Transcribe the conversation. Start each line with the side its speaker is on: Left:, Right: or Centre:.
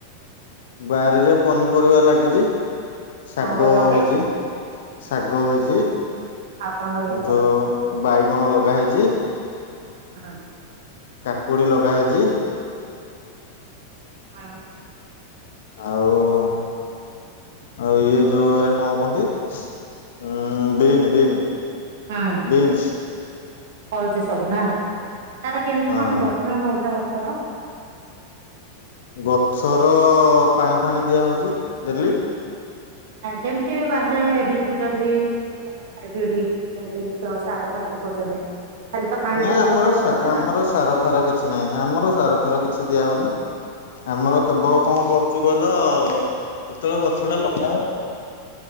Left: ବାରିରେ ପନିପରିବା ଲାଗିଚି। ଶାଗ
Right: କଣ କଣ ଲଗେଇଛ?
Left: ହେଇଚି, ଶାଗ ହେଇଚି।
Right: ଆଉ କଣ ଲଗେଇଛ?
Left: ଆଠୁ ବାଇଗଣ ଲଗା ହେଇଛି।
Right: ହଁ।
Left: କାକୁଡି ଲଗା ହେଇଚି।
Right: ହଁ।
Left: ଆଉ ଆଉ ଇଏ ଯୋଉ ଏରାଆ କଣ କହନ୍ତି, ଉଁ ବିନ ବିନ।
Right: ହୁଁ
Left: ବିନ୍ସି।
Right: ଫଳୁଛି ସବୁ ନା, ତାର କେମିତି
Left: ହଁ।
Right: କଣ ଯତ୍ନ ନଉଛ ଗଛର?
Left: ଗଛର ପାଣି ଫାଣି ଦିଆହଉଛି ଡେଲି।
Right: ଯେମିତି ବି ବାହାରେ ବିକୁଛନ୍ତି ହାଇବ୍ରିଡ ଜିନିଷ ସାର ଫାର ପକଉଛନ୍ତି। ଖାଲି ତ ପାଣି
Left: ନା,
Right: ଦେଲେ
Left: ଆମର
Right: ତ କଣ
Left: ସା
Right: କରେ
Left: ଆମର
Right: ନା
Left: ସାର ଫାର କିଛି ନାହିଁ, ଆମର ସାର ଫାର କିଛି ଦିଆହଉନି। ଆମର କେବଳ କଣ କରୁଛୁ କହିଲ ଯେତେବେଳେ ଗଛ ଟା ଲଗା ହଉଚି।